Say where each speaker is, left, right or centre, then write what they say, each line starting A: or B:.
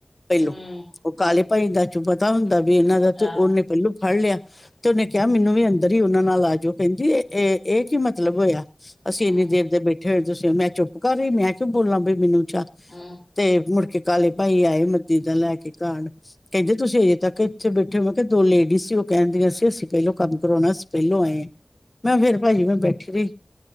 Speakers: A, on the left; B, on the left.
A: ਪੈਲੋਂ
B: ਹਮ
A: ਓ ਕਾਲੇ ਭਾਈ ਦਾ ਚੋ ਪਤਾ ਹੁੰਦਾ ਵੀ ਏਨਾਂ ਦਾ ਤੋ
B: ਆਹ
A: ਓਨੇ ਪੈਲੋਂ ਫਾੜ ਲੇਆ। ਤੇ ਓਨੇ ਕੇਹਾ ਮੈਨੂੰ ਵੀ ਅੰਦਰ ਈ ਓਨਾਂ ਨਾਲ ਆਜੇਓ ਕੈਂਦੀ ਏ, ਏ ਏਕੀ ਮਤਲਬ ਹੋਏਆ। ਅਸੀਂ
B: ਹਮ
A: ਐਨੀ ਦੇਰ ਦੇ ਬੈਠੇ ਹੋਏ ਤੁਸੀ, ਮੈਂ ਚੁੱਪ ਕਾਰ ਗੀ ਮੈਂ ਕੇਓ ਬੋਲਾਂ ਬਈ ਮੈਨੂੰ ਚਾ
B: ਆ
A: ਤੇ ਮੁੜਕੇ ਕਾਲੇ ਭਾਈ ਆਏ ਮੱਦੀ ਦਾ ਲੈ ਕੇ ਕਾੜ ਕੈਂਦੇ ਤੁਸੀਂ ਹਜੇ ਤੱਕ ਏੱਥੇ ਬੈਠੇ ਓ, ਮਕੇਆ ਦੋ ਲੇੜੀਜ ਸੀ ਓ ਕੈਂਦੀਆਂ ਸੀ ਅਸੀਂ ਪੈਲੋਂ ਕੰਮ ਕਰਾਓਨਾ ਅਸੀਂ ਪੈਲੋਂ ਆਏ ਆਂ। ਮੈਂ ਫੇਰ ਭਾਜੀ ਕੋਲ ਬੈਠੀ ਰਈ,